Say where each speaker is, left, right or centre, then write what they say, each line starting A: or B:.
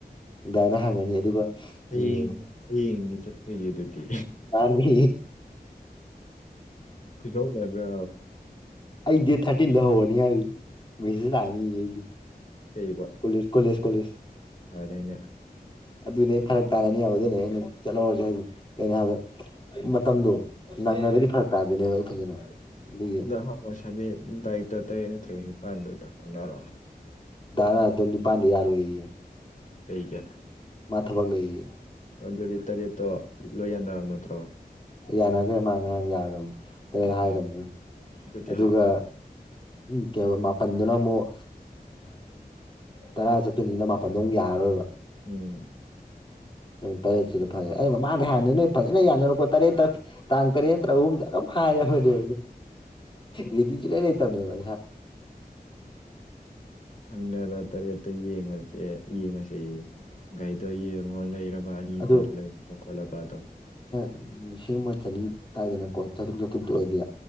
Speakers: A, on the left; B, on the left.
A: ꯅꯨꯡꯗꯥꯡꯗ ꯍꯪꯉꯅꯤ ꯑꯗꯨꯒ
B: ꯍꯌꯦꯡ
A: ꯎꯝ
B: ꯍꯌꯦꯡꯗꯤ ꯆꯠꯇꯈꯣꯏꯁꯦ ꯑꯗꯨꯗꯤ
A: ꯃꯥꯅꯤ
B: ꯀꯗꯧꯕꯕ
A: ꯑꯩ ꯗꯦꯠ ꯊꯥꯔꯇꯤꯟꯗ ꯍꯧꯔꯅꯤ ꯍꯥꯏꯗꯤ ꯃꯦꯁꯁ ꯂꯥꯛꯑꯅꯤ ꯑꯩꯒꯤ
B: ꯀꯩꯕ
A: ꯀꯣꯂꯦꯖ ꯀꯣꯂꯦꯖ ꯀꯣꯂꯦꯖ
B: ꯐꯔꯦꯅꯦ
A: ꯑꯗꯨꯏꯗꯤ ꯑꯩ ꯐꯔꯛ ꯇꯥꯅꯅꯤꯑꯕ ꯑꯗꯨꯅꯦ ꯑꯩꯅ ꯆꯠꯍꯧꯔꯁꯦ ꯍꯥꯏꯗꯤ ꯀꯩꯅꯣ ꯍꯥꯏꯕꯗ ꯃꯇꯝꯗꯣ ꯅꯪꯅꯗꯒꯤ ꯐꯔꯛ ꯇꯥꯗꯣꯏꯅꯦꯕ ꯑꯩ ꯐꯖꯅ ꯑꯗꯨꯒꯤ
B: ꯑ ꯍꯋꯥ ꯁꯥꯕꯤ ꯇꯔꯤ ꯇ ꯇꯔꯦꯠ ꯅꯠꯇ꯭ꯔꯒ ꯅꯤꯄꯥꯜꯗꯨꯔꯣꯑꯣ
A: ꯔ ꯇ ꯅꯤꯄꯥꯥꯟꯗ ꯌꯥꯔ ꯑꯣꯏꯌꯦ
B: ꯀꯩ ꯀ
A: ꯃꯥ ꯊꯕꯛ ꯂꯩꯔꯤꯌꯦ
B: ꯑꯗꯨꯗꯤ ꯇꯔꯦꯠꯇꯣ ꯂꯣꯏ ꯌꯥꯟꯅꯔꯕ ꯅꯠꯇ꯭ꯔꯣ
A: ꯌꯥꯅꯈ꯭ꯔꯦ ꯃꯥ ꯉꯔꯥꯡ ꯌꯥꯈꯕꯅꯤ ꯇꯔꯦꯠ
B: ꯑꯣꯀꯦ
A: ꯍꯥꯏꯈꯕꯅꯤꯅ
B: ꯑꯗꯨꯗꯤ
A: ꯑꯗꯨꯒ
B: ꯍꯥꯏꯔ
A: ꯎ ꯀꯩ ꯃꯥꯄꯜꯗꯨꯅ ꯑꯃꯨꯛ ꯇꯔꯥ ꯆꯠꯇꯣꯏꯅꯤꯅ ꯃꯥꯄꯜꯗꯣ ꯑꯃꯨꯛ ꯌꯥꯔꯔꯣꯏꯕ
B: ꯎꯝ
A: ꯇꯔꯦꯠꯁꯤꯗ ꯐꯔꯦ ꯑꯩ ꯃꯃꯥꯗ ꯍꯥꯟꯅꯤ ꯅꯣꯏ ꯐꯖꯅ ꯌꯥꯅꯔꯣ ꯈꯣ ꯇꯔꯦꯠꯇ ꯇꯥꯡ ꯇꯔꯦ ꯅꯠꯇ꯭ꯔꯍꯨꯝ ꯆꯒ ꯐꯔ ꯍꯅꯦ ꯂꯤꯗꯤꯤ ꯆ ꯂꯩꯥꯏ ꯂꯩ ꯇꯅꯦ ꯑꯕ
B: ꯍꯪꯅꯔ ꯋꯥꯇꯥꯔꯦꯛꯇ ꯌꯦꯉ ꯁꯦ ꯌꯦꯡꯉꯁ ꯒꯥꯥꯏꯗꯣ ꯌꯦꯡꯉꯣ ꯂꯩꯔꯕ ꯕꯥꯅꯤꯗ
A: ꯑꯗꯣ
B: ꯂꯩꯕꯣ ꯀꯣꯂꯄꯗ
A: ꯎ ꯂꯤꯁꯤꯡ ꯑꯃ ꯆꯅꯤ ꯇꯥꯏꯗꯅꯀꯣ ꯆꯥꯇ꯭ꯔꯨꯛ ꯆꯥꯇ꯭ꯔꯨꯛꯇ ꯑꯣꯏꯗꯤ